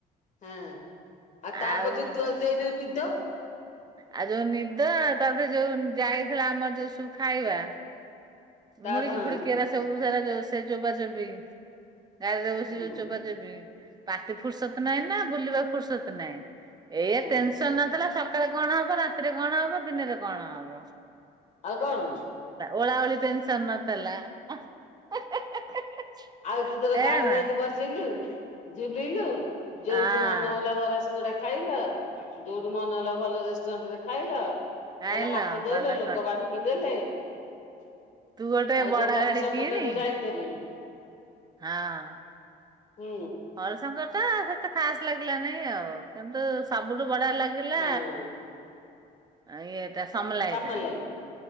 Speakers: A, on the left; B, on the right.
A: ହଁ ଆଉ ତାପରେ
B: ଆଉ
A: ଯୋଉ ତୁଆ ଯୋଉ ନିଦ।
B: ଆଉ ଯୋଉ ନିଦ <unintelligible> ଯୋଉ ଯାଇଥିଲା ଆମର ଯୋଉ ସବୁ ଖାଇବା।
A: ତା
B: ମୁଡିକି
A: ହଁ
B: ଫୁଡିକି ଏରା ସବୁ ସାରା ସେ ଚୋବା ଚୋବି ଗାଡିରେ ବସି
A: ହୁଁ
B: ଯଉ ଚୋବା ଚୋବି ପାଟି ଫୁର୍ସତ ନାହିଁ ନା ବୁଲିବା ଫୁର୍ସତ ନାଇଁ ଏଇଆ
A: ହୁଁ
B: ଟେନସନ ନଥିଲା ସକାଳେ କଣ ହବ? ରାତିରେ କଣ ହବ? ଦିନରେ କଣ ହବ?
A: ଆଉ କଣ?
B: ଓଲାଓଳି ଟେନସନ ନଥିଲା। <unintelligible>
A: ଆଉ ତୁ ତୋର
B: ହେ
A: ଗାଡି
B: ମା
A: ଏମିତି ବସିଲୁ ଝୁଲିଲୁ। ଯୋଉଠି
B: ହଁ
A: ମନ ହେଲା ବରା, ସିଙ୍ଗଡା ଖାଇଲ। ଯୋଉଠୁ ମନେ ହେଲା ଭଲ ରେଷ୍ଟୁରାଣ୍ଟ ରେ ଖାଇଲ
B: ଆଇଲ
A: ଗଲ ହାତ ଧୋଇଲ
B: ଗଲା
A: ଲୋକ
B: ସ
A: ବାଢ଼ୁ କି ଦେଲେ ଆଉ
B: ତୁ ଗୋଟେ ବଡ
A: ଯଉ ହରିଶଙ୍କର
B: ଗାଡି କିଣି
A: ଟା ଯଉ ଯାଇଥେଲେ
B: ହଁ।
A: ହୁଁ।
B: ହରିଶଙ୍କର ଟା ସେତେ ଖାସ ଲାଗିଲା ନାହିଁ ଆଉ କିନ୍ତୁ ସବୁଠୁ ବଢିଆ ଲାଗିଲା
A: ହଁ
B: ଇଏ ସମଲାଇ
A: ସାମଲାଇ
B: ଟା